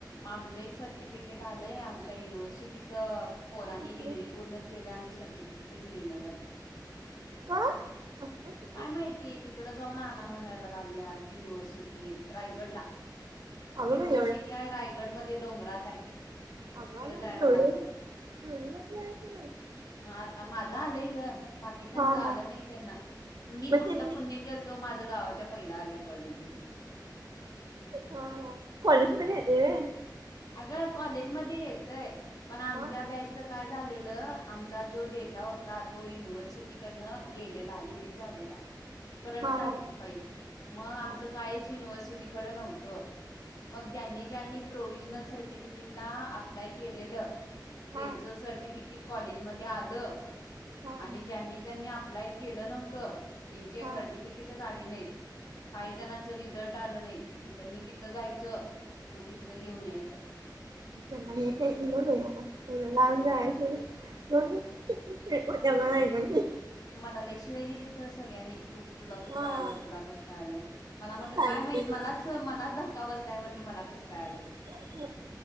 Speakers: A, on the left; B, on the right.
A: आमचं एक सर्टिफिकेट आलंय आमच्या युनिव्हर्सिटीचं पोरांनी
B: कसलं
A: डिग्री पूर्ण केल्या आणि सर्टिफिकेटच येन झाले
B: का असं कसं
A: काय माहितीय तिकड जाऊन म्हनायला लागल्यात युनिव्हर्सिटी रायगडला
B: अगं
A: युनिव्हर्सिटी
B: बाई
A: आहे रायगडमध्ये डोंगरात आहे
B: आग
A: तिकडं
B: आग एवढ्या
A: जायला लागतंय.
B: लांब जायचं
A: आता माझं आलंय ग बाकीच्यांच
B: हा हा
A: आलं नाही त्यांना मी
B: मग
A: कुठलं
B: ते
A: पुण्य केलतो माझ गावाच्या पहिला आले कॉलेज मध्ये
B: हा कॉलेज मध्ये येतेय व्हय
A: अग कॉलेज मध्ये येतय पण आमच्या
B: हा
A: बॅचच काय झालेलं आमचा जो डेटा होता तो युनिव्हर्सिटीकडन गेलेला डिलीट झालेला करप्ट
B: हा
A: झालती
B: हा
A: फाईल मग आमचं
B: हा
A: कालेज युनिव्हर्सिटीकड नव्हतं मग ज्यांनी ज्यांनी प्रोव्हजनल सर्टिफिकेटला अप्लाय केलेलं
B: हा
A: त्यांचं सर्टिफिकेट कॉलेजमध्ये आलं
B: हा हा
A: आणि ज्यांनी ज्यांनी अप्लाय केलं नव्हतं त्यांची
B: हा
A: सर्टिफिकेटच आली नाही काही जणांच रिझल्ट आलं नाही मग त्यांनी तिथं जायचं म तिथनं घेऊन यायचं
B: काल एड लाल
A: मग
B: जायच
A: काय
B: कोठ आहे म्ह
A: मला लई शिव्या दिली तसगळ्यांनी तू तुला कस
B: हा
A: काय आलं
B: हा
A: तुला कस काय आलं मला म्हणत
B: सांगितली
A: काय माहित मलाच मलाच धक्का बसलाय म्हणल मला कस काय आलं
B: <inaudible>